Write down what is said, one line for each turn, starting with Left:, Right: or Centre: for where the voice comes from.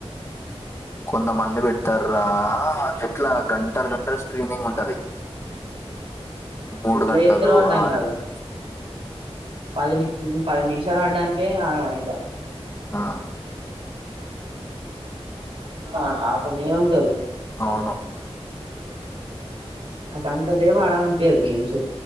Left: కొంతమంది పెట్ తర్రా ఎట్ల గంటల్ గంటల్ స్ట్రీమింగ్ ఉంటది. మూడు
Right: ఎట్లా
Left: గంటలు
Right: చేస్తారో అర్థం
Left: ఆరు
Right: కాదు
Left: గంటల్
Right: పది ని పది నిమిషాల్ ఆడ్డానికే ఆగమైత
Left: అ
Right: త అగ్తనే ఉంటరు
Left: అవును
Right: నాకంతసేపు ఆడాలన్పీయదు గేమ్స్